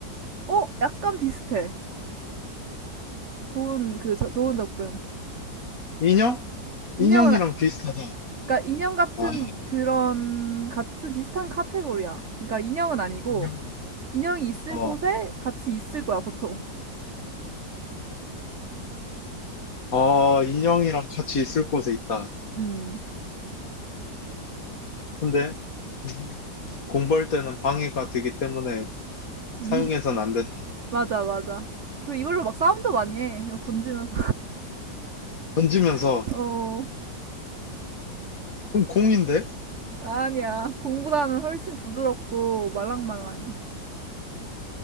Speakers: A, on the right (about 50°); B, on the left (about 50°).
A: 어? 약간 비슷해. 좋은, 그, 저, 좋은 접근.
B: 인형?
A: 인형은,
B: 인형이랑
A: 아-
B: 비슷하다.
A: 그러니까 인형 같은
B: 아,
A: 그런, 같은 비슷한 카테고리야. 그러니까 인형은 아니고,
B: 인형.
A: 인형이 있을
B: 어,
A: 곳에 같이 있을 거야, 보통.
B: 아, 인형이랑 같이 있을 곳에 있다.
A: 음.
B: 근데 음, 공부할 때는 방해가 되기 때문에
A: 음.
B: 사용해선 안 된다.
A: 맞아, 맞아. 그리고 이걸로 막 싸움도 많이 해. 이거 던지면서.
B: 던지면서,
A: <laughs> 어.
B: 그럼 공인데?
A: 아니야. 공보다는 훨씬 부드럽고 말랑말랑해.